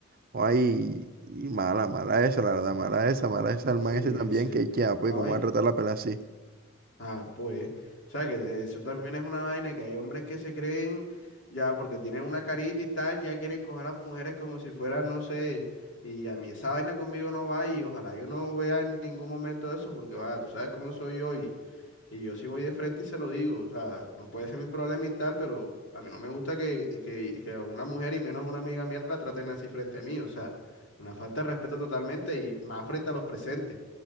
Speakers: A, on the right (about 45°); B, on the left (about 65°).
A: Ay, y, mala, mala esa, la verdad, mala esa, mala esa, el
B: sí,
A: man ese también,
B: sí,
A: que, que ah, pues,
B: no,
A: ¿cómo va a tratar la pelea así?
B: Ah, pues, o sea que eso también es una vaina que hay hombres que se creen ya porque tienen una carita y tal, ya quieren coger a las mujeres como si fuera, no sé, y a mí esa vaina conmigo no va y ojalá yo no vea en ningún momento eso porque, va, tú sabes cómo soy yo y, y yo sí voy de frente y se lo digo, o sea, no puede ser mi problema y tal, pero a mí no me gusta que, que, que a una mujer y menos a una amiga mía la traten así frente a mí, o sea, una falta de respeto totalmente y más frente a los presentes.